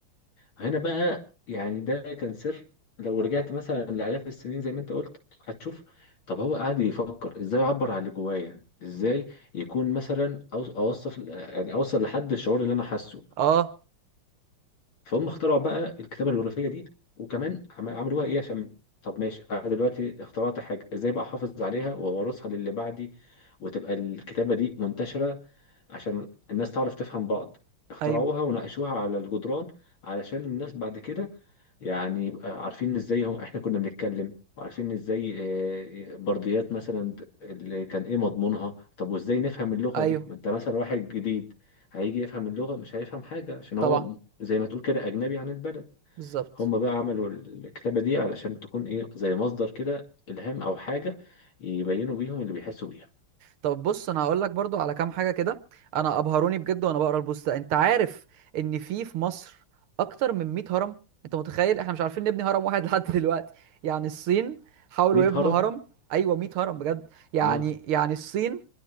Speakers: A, on the left; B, on the right.
A: هنا بقى يعني ده كان سر لو رجعت مثلا لآلاف السنين زي ما انت قلت هتشوف طب هو قاعد يفكر ازاي اعبر عن اللي جوايا ازاي يكون مثلا أو- اوصف يعني اوصل لحد الشعور اللي انا حاسه
B: اه
A: فهم اخترعوا بقى الكتابة الجغرافية دي وكمان عم- عملوها ايه عشان طب ماشي انا دلوقتي اخترعت حاجة ازاي بقى احافظ عليها وورثها للي بعدي وتبقى الكتابة دي منتشرة عشان الناس تعرف تفهم بعض اخترعوها
B: ايوه
A: وناقشوها على الجدران علشان الناس بعد كده يعني يبقى عارفين ازاي هم احنا كنا بنتكلم وعارفين ازاي آه، برديات مثلا اللي كان ايه مضمونها طب وازاي نفهم اللغة
B: ايوه
A: دي ما انت مثلا واحد جديد هيجي يفهم اللغة مش هيفهم حاجة عشان
B: طبعا
A: هو زي ما تقول كده أجنبي عن البلد
B: بالظبط
A: هم بقى عملوا الكتابة دي علشان تكون ايه زي مصدر كده إلهام أو حاجة يبينوا بيهم اللي بيحسوا بيها
B: طب بص انا هقول لك برضو على كام حاجه كده انا ابهروني بجد وانا بقرا البوست ده انت عارف ان في في مصر اكتر من 100 هرم انت متخيل احنا مش عارفين نبني هرم واحد <laughs> لحد دلوقتي يعني الصين حاولوا
A: 100
B: يبنوا
A: هرم
B: هرم ايوه 100 هرم بجد يعني
A: اه
B: يعني الصين